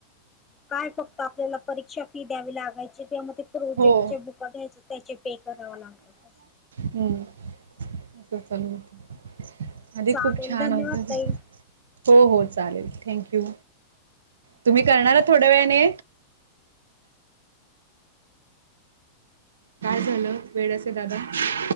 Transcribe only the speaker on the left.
काय फक्त आपल्याला परीक्षा फी द्यावी लागायची तेव्हा प्रोजेक्ट
च्या बुका घ्यायचे त्याचे पे कराव लागत
चालेल
धन्यवाद
ताई